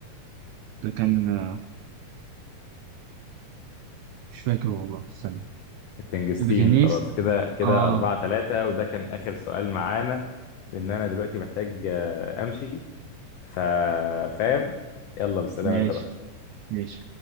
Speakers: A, on the right; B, on the left.
A: ده كان آه، مش فاكر والله استنى
B: التنجستين
A: الغنيس
B: خلاص كده كده
A: أه
B: أربعة تلاتة وده كان آخر سؤال معانا لأن أنا دلوقتي محتاج آه، أمشي فا- فاهم يلا بالسلامة
A: ماشي
B: أنت بقى
A: ماشي